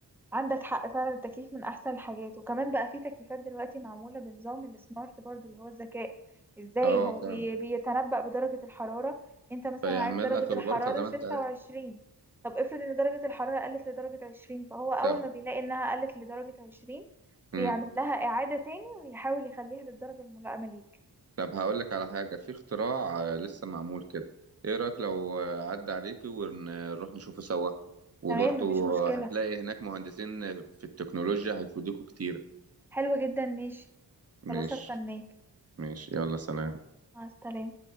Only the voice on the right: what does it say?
اه
فاهم
فيعمل
لك
الغرفه زي ما
انت عايز
طب
مم.
طب هقول لك على حاجة في اختراع آه، لسه معمول كده ايه رأيك لو آه، عدى عليكي ونروح نشوفه سوا وبرضه
هتلاقي هناك مهندسين في التكنولوجيا هيفيدوكوا كتير
ماشي
ماشي يلا سلام